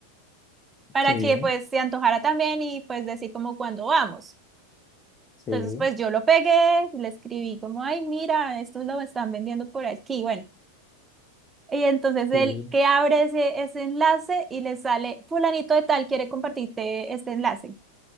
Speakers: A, on the right (about 20°); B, on the left (about 25°).
A: para
B: sí,
A: que pues se antojara también y pues decir como cuándo vamos.
B: sí,
A: Entonces pues yo lo pegué, le escribí como, ay, mira, esto lo están vendiendo por aquí, bueno. Y entonces él
B: sí.
A: que abre ese, ese enlace y le sale, fulanito de tal quiere compartirte este enlace.